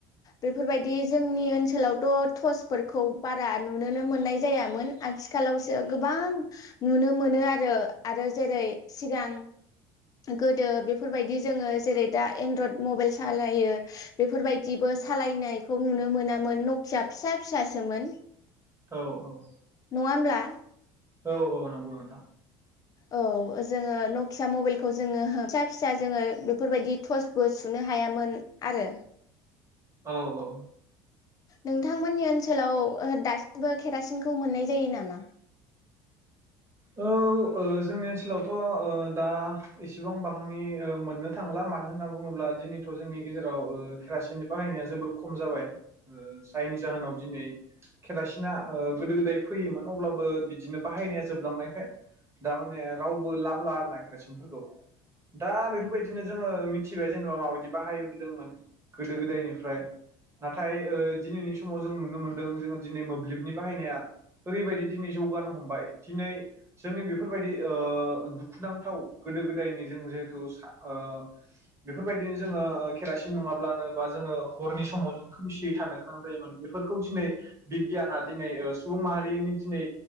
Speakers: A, on the left (about 35°); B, on the right (about 25°).
A: बेफोरबायदि जोंनि ओनसोलावथ' टर्सफोरखौ बारा नुुनोनो मोननाय जायामोन आथिखालावसो गोबां नुनो मोनो आरो आरो जेरै सिगां गोदो बेफोरबायदि जोङो जेरै दा एनड्रड मबाइल सालायो बेफोरबायदिबो सालायनायखौ नुनो मोनामोन नखिया फिसा फिसासोमोन।
B: औ औ
A: नङा होमब्ला
B: औ औ नंगौ नोंथां
A: औ जोङो नखिया मबाइलखौ जोङो फिसा फिसा जोङो बेफोरबायदि टर्चबो सुनो हायामोन आरो
B: औ औ
A: नोंथांमोननि ओनसोलाव ओ दासिमबो केरासिनखौ मोननाय जायो नामा
B: औ-औ जोंनि ओनसोलावथ ओ दा एसेबां बांनि ओ मोननो थांला मानो होनना बुङोब्ला दिनैथ जोंनि गेजेराव ओ केरासिननि बाहायनाया जोबोर खम जाबाय ओ जायनि जाहोनाव दिनै केरासिना ओ गोदो गोदाय फैयोमोन अब्लाबो बि बिदिनो बाहायनाया जोबलांनायखाय दामाने रावबो लाबला नागिरा केरासिनफोरखौ। दा बेफोरबायदिनो जोङो मिथ मिथिबाय जेनेबा माबायदि बाहायबोदोंमोन गोदो गोदायनिफ्राय नाथाय ओ दिनैनि समाव जों नुनो मोनदों जोङो दिनै मोब्लिबनि बाहायनाया ओरैबायदि दिनै जौगा हबाय दिनै जोंनि बेफोरबायदि ओ दुखुनांथाव गोदो गोदायनि जों जिहेथु सा ओ बेफोरबायदिनो जोङो ओ केरासिन नङाब्लानो बा जोङो हरनि समाव जों खोमसियै थानो गोनां जायोमोन बेफोरखौ दिनै बिगियाना दिनै ओ सुबुं माहारिनि दिनै